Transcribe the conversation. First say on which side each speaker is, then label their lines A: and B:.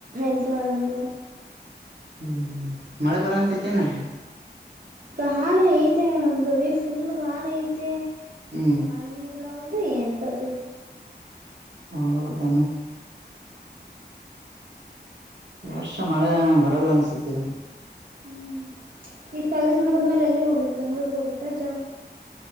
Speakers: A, on the right; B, on the right.
A: ಎಲ್ಲರು ಆರಾಮ ಇದರ.
B: ಹ್ಮ ಮಳೆ ಬರಂತ ಐತೇನ ಅಲ್ಲಿ
A: ಗಾಳ ಐತೆ ಗವಿ ಫುಲ್ ಗಾಳ ಐತ
B: ಹ್ಮ್
A: ಅ ನೀ ಬುಲವ ಅಂದ್ರ ಎಂತ್ದು
B: ಹ ಗಣ ವರ್ಷ ಮಳೆ ಬರಲ್ಲ ಅನ್ಸತ್ತ ಇದ
A: ಹ್ಮ ಈ ಕಾಲೇಜ್ ಮುಗದ್ಮೇಲ ಎಲ್ಲಿಗ ಹೋಗ್ಬೇಕ ಬೆಂಗ್ಳೂರಗ ಹೋಗ್ಬೇಕ ಜಾ